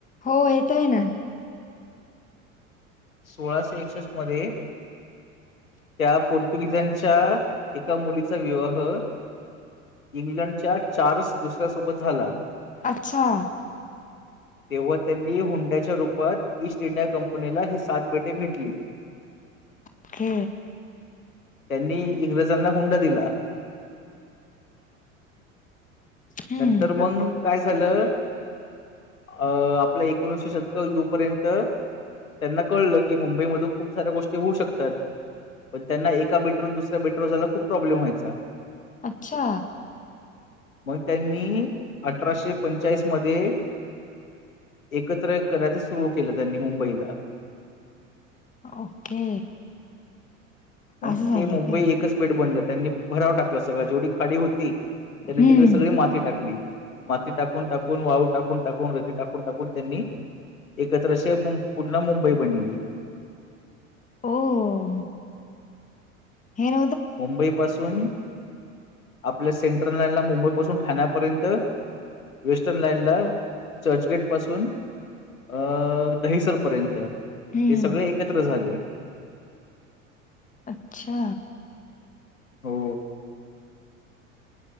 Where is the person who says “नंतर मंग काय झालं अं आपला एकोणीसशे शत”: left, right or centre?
Left